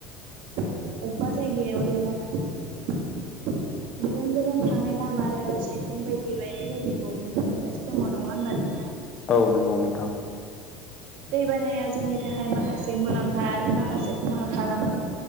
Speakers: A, on the right; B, on the left.
A: अबेबा जायगायाव दैबानाजों गोजान गोजान थांनाय लामा रेल साइथिं बायदि बायनाय बायदिखौ नुनो मोनगासिनो दङ नङा होनबा नोंथां
B: औ नंगौ नोंथां
A: दै बानाया जोंनि थाखाय माखासे मुलाम्फा आरो माखासे खहा खालामो